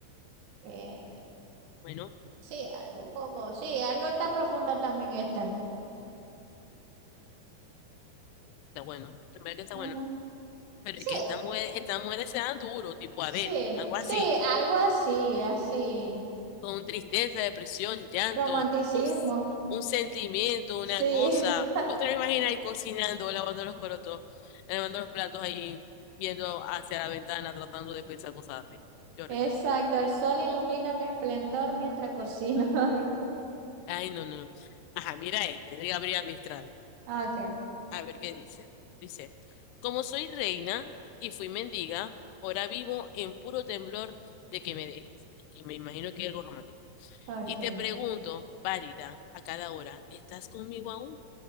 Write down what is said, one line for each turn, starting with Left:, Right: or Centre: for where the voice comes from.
Right: Eh,
Left: Bueno,
Right: sí, algo como, sí, algo está profunda también esta.
Left: está bueno. En verdad que está
Right: Ujú.
Left: bueno. Pero
Right: Sí,
Left: es que estas mujeres, estas mujeres se dan duro, tipo
Right: sí,
Left: Adele, algo
Right: sí,
Left: así.
Right: algo así, así.
Left: con tristeza, depresión, llanto,
Right: Romanticismo,
Left: un, s- un sentimiento, una
Right: sí.
Left: cosa.
Right: <laughs>
Left: ¿Vos te lo imaginas ahí cocinando, lavando los corotos, lavando los platos ahí, viendo hacia la ventana, tratando de pensar cosas así? Qué horrible.
Right: Exacto, el sol ilumina mi esplendor mientras cocino. <laughs>
Left: Ay, no, no. Ajá, mira este, de Gabriela Mistral.
Right: Ok,
Left: A ver qué dice. Dice, como soy reina y fui mendiga, ahora vivo en puro temblor de que me dejes. Que me imagino que es algo romántico.
Right: ok.
Left: Y te pregunto, pálida, a cada hora, ¿estás conmigo aún?